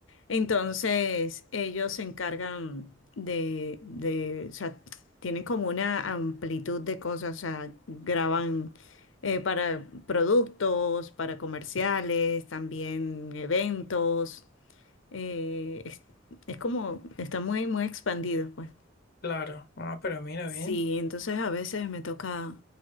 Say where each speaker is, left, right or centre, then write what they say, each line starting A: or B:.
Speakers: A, on the left; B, on the left.
A: entonces ellos se encargan de, de, o sea, tienen como una amplitud de cosas, o sea, graban eh, para productos, para comerciales, también eventos, eh, es, es como, está muy, muy expandido, pues.
B: claro. Ah, pero mira
A: Sí,
B: bien,
A: entonces a veces me toca